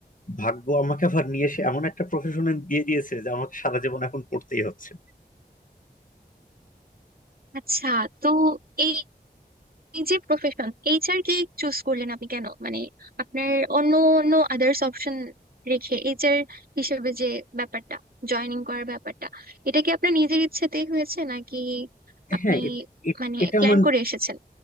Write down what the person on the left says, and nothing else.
ভাগ্য আমাকে আবার নিয়ে এসে এমন একটা প্রফেশনে দিয়ে দিয়েছে যে আমাকে সারা জীবন এখন পড়তেই হচ্ছে
হ্যাঁ এট- এট-
এটা
আমার